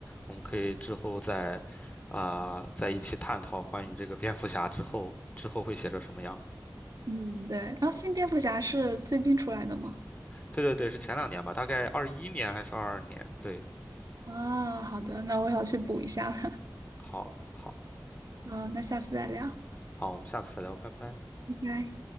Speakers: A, on the left; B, on the right.
A: 我们可以之后再啊、在一起探讨关于这个蝙蝠侠之后之后会写成什么样。
B: 嗯，对。然后新蝙蝠侠是最近出来的吗？
A: 对对对，是前两年吧，大概二一年还是二二年？对，
B: 啊，好的，那我要去补一下了。
A: 好，好，
B: <laughs> 嗯，那下次再聊，
A: 好，我们下次再聊，拜拜。
B: 拜拜。